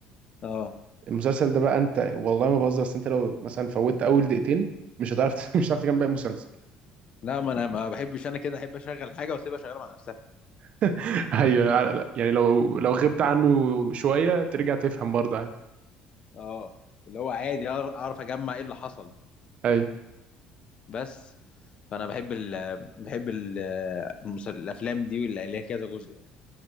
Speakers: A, on the left; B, on the right.
A: آه.
B: المسلسل ده بقى انت والله ما بهزر بس انت لو مثلا فوتت اول دقيقتين مش هتعرف <laughs> مش هتعرف تكمل باقي المسلسل
A: لا ما انا ما بحبش انا كده احب اشغل حاجه واسيبها شغاله مع نفسها
B: <laughs> ايوه يعني لو لو غبت عنه شويه ترجع تفهم برضه عادي
A: اه اللي هو عادي أعر- اعرف اجمع ايه اللي حصل
B: ايوه
A: بس فانا بحب ال بحب ال المس- الافلام دي اللي ليها كذا جزء يعني